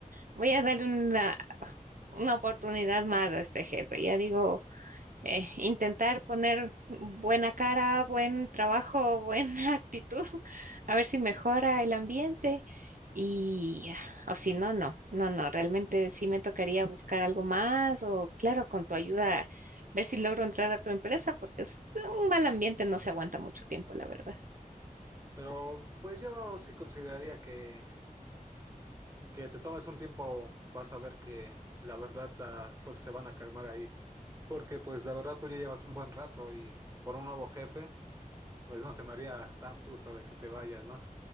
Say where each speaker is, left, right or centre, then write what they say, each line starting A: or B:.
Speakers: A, on the right (about 70°); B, on the right (about 20°).
A: Voy a darle una, una oportunidad más a este jefe. Ya digo, eh, intentar poner buena cara, buen trabajo, buena <laughs> actitud, a ver si mejora el ambiente. Y, ah, o si no, no, no, no, realmente sí me tocaría buscar algo más o, claro, con tu ayuda, ver si logro entrar a tu empresa, porque es un mal ambiente no se aguanta mucho tiempo, la verdad.
B: Pero pues yo sí consideraría que, que te tomes un tiempo, vas a ver que la verdad las cosas se van a calmar ahí. Porque pues la verdad tú ya llevas un buen rato y por un nuevo jefe, pues no se me haría tan justo de que te vayas, ¿no?